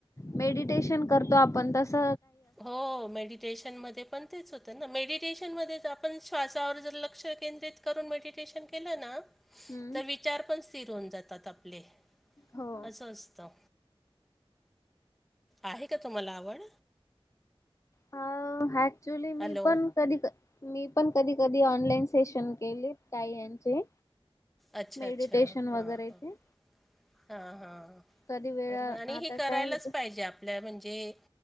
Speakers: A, on the left; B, in the centre.
A: मेडिटेशन करतो आपण तस.
B: हो मेडी टेशनमध्ये पण तेच होतं ना मेडिटेशनमध्येच आपण श्वासावर जर लक्ष केंद्रित. मेडटेशन केलं ना.
A: हम्म
B: तर विचार पण स्थिर होऊन जातात आपले
A: हो
B: असं असतं. आहे का तुम्हाला आवड?
A: अ ऍक्च्युली
B: हॅलो.
A: मी पण कधी कधी मी पण कधी कधी ऑनलाईन सेशन केले. काही यांचे
B: अच्छा
A: मेडिटेशन
B: अच्छा
A: वगैरे
B: हां हा.
A: ते
B: हा हा
A: कधी वेळ
B: बरोबर आणि
A: आता
B: हे करायलाच
A: काय होत
B: पाहिजे आप. आपल्या म्हणजे